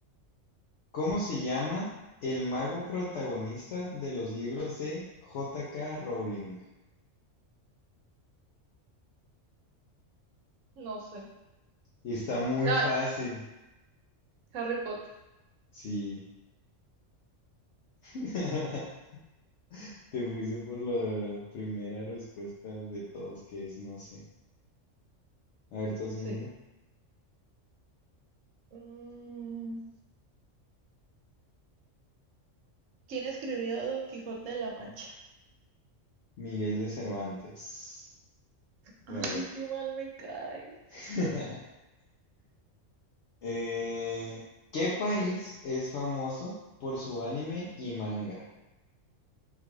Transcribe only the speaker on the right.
no sé.
Ay,
Harry Potter.
Sí.
Mm, ¿quién escribió Don Quijote de la Mancha?
Ay,
qué mal me cae.
Sí.